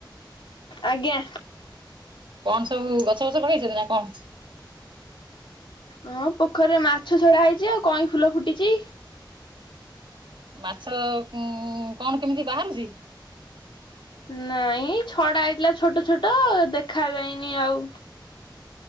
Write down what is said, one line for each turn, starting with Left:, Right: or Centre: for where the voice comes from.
Left: ଆଜ୍ଞା।
Right: କଣ ସବୁ ଗଛ ଫଛ ଲେଇଚନ୍ତି ନା କଣ?
Left: ହଁ ପୋଖରୀ ରେ ମାଛ ଛଡା ହେଇଚି ଆଉ କଇଁ ଫୁଲ ଫୁଟିଚି।
Right: ମାଛ କୁଁ କଣ କେମିତି ବାହାରୁଚି?
Left: ନାଇଁ ଛଡା ହେଇଥିଲା ଛୋଟ ଛୋଟ ଦେଖା ଯାଇନି ଆଉ।